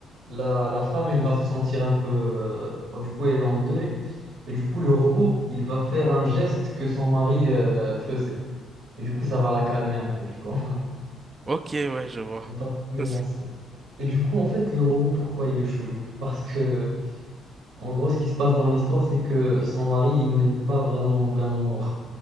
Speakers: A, on the right; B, on the right.
A: la, la femme, elle va se sentir un peu... euh, du coup, elle est en deuil. Et du coup, le robot, il va faire un geste que son mari euh, faisait. Et du coup, ça va la calmer un peu, tu vois.
B: Ok, ouais, je
A: <laughs>
B: vois.
A: Donc, Mais
B: Ça,
A: bon,
B: c'est-
A: c'est... Et du coup, en fait, le robot, pourquoi il est chelou? Parce que... En gros, ce qui se passe dans l'histoire, c'est que son mari, il n'est pas vraiment, vraiment mort.